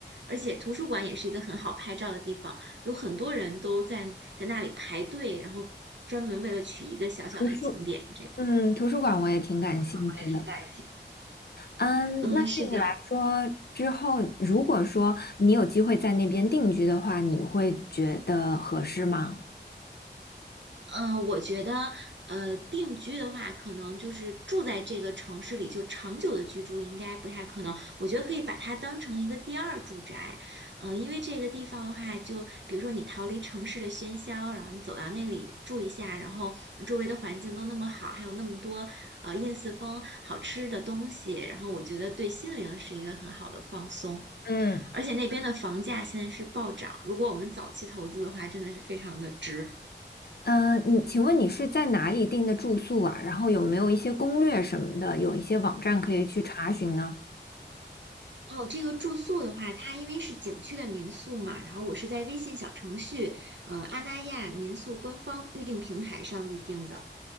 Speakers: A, on the right; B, on the left.
A: 而且图书馆也是一个很好拍照的地方，有很多人都在在那里排队，然后专门为了取一个小小的景点，
B: 图书，
A: 这样。
B: 嗯，图书馆我也挺感兴趣的。
A: 我也挺感谢。
B: 嗯，
A: 嗯，
B: 那对你来说，
A: 是的。
B: 之后如果说你有机会在那边定居的话，你会觉得合适吗？
A: 嗯，我觉得，呃，定居的话，可能就是住在这个城市里，就长久的居住应该不太可能。我觉得可以把它当成一个第二住宅，呃，因为这个地方的话，就比如说你逃离城市的喧嚣，然后你走到那里住一下，然后周围的环境都那么好，还有那么多呃燕四风好吃的东西，然后我觉得对心灵是一个很好的放松。
B: 嗯。
A: 而且那边的房价现在是暴涨，如果我们早期投资的话，真的是非常的值。
B: 嗯，你请问你是在哪里订的住宿啊？然后有没有一些攻略什么的，有一些网站可以去查询呢？
A: 哦，这个住宿的话，它因为是景区的民宿嘛，然后我是在微信小程序，呃，阿那亚民宿官方预订平台上预订的。